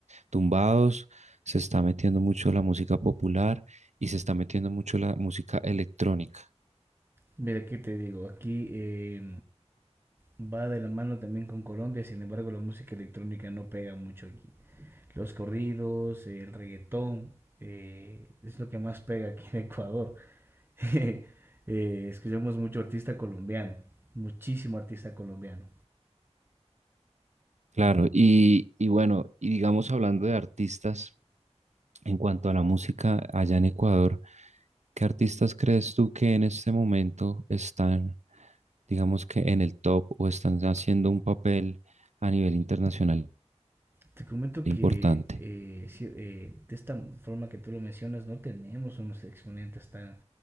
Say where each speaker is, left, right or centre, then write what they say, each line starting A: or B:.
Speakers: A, on the right (about 75°); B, on the right (about 20°).
A: tumbados, se está metiendo mucho la música popular y se está metiendo mucho la música electrónica.
B: Mira, ¿qué te digo? Aquí eh, va de la mano también con Colombia, sin embargo la música electrónica no pega mucho aquí. los corridos, el reggaetón, eh, es lo que más pega aquí en Ecuador. <laughs> eh, escuchamos mucho artista colombiano, muchísimo artista colombiano.
A: Claro, y, y bueno, y digamos hablando de artistas, en cuanto a la música allá en Ecuador, ¿qué artistas crees tú que en este momento están, digamos que en el top o están haciendo un papel a nivel internacional
B: Te comento que
A: importante?
B: eh, sí, eh, de esta forma que tú lo mencionas, no tenemos unos exponentes tan,